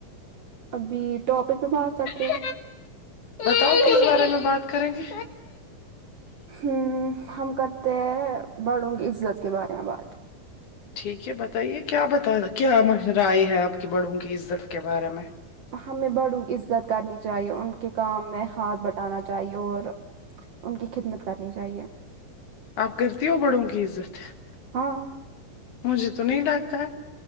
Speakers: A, on the right; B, on the left.
A: ابھی ٹاپک پہ بات کرتے
B: کچھ
A: ہیں
B: بتاؤ کس بارے میں بات کریں گے
A: ہمم ہم کرتے ہیں بڑھوں کی عزت کے بارے میں بات
B: ٹھیک ہے بتائیے کیا بتا کیا نظریی ہے آپ کی بڑوں کی عزت کے بارے میں
A: ہمیں بڑوں کی عزت کرنی چاہیے ان کے کام میں ہاتھ بٹانا چاہیے اور ان کی خدمت کرنی چاہیے
B: آپ کرتی ہو بڑوں کی عزت
A: ہاں
B: مجھے تو نہیں لگتا ہے